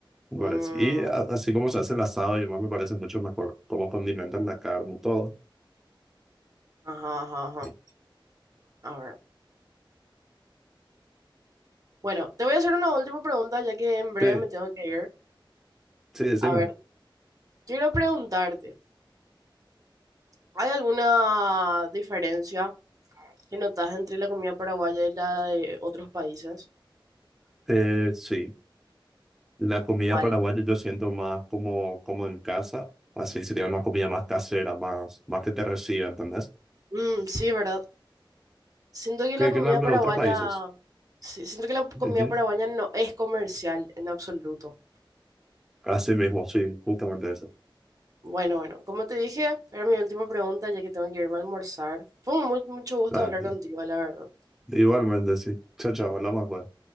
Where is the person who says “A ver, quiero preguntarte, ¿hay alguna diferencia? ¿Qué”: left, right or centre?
Right